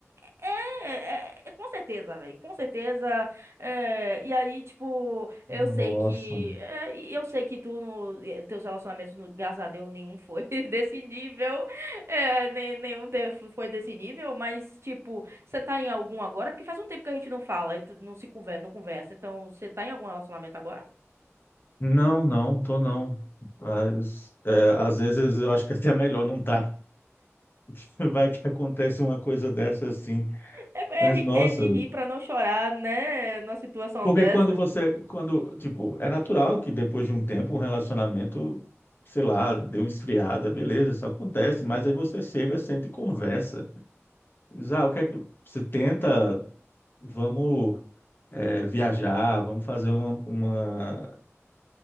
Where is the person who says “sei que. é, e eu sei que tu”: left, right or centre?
Right